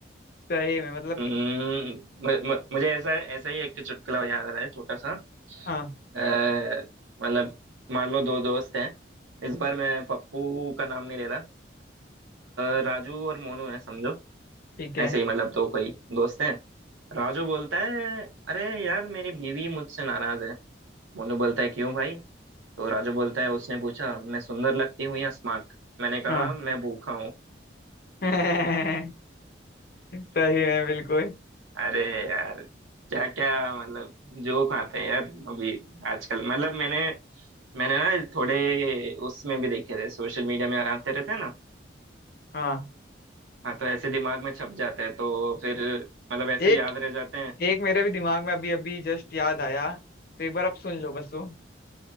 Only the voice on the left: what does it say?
सही में मतलब
हाँ
ठीक है
हाँ
<laughs> सही है बिल्कुल
हाँ
एक
एक मेरे भी दिमाग में अभी अभी जस्ट याद आया तो एक बार आप सुन लो बस वो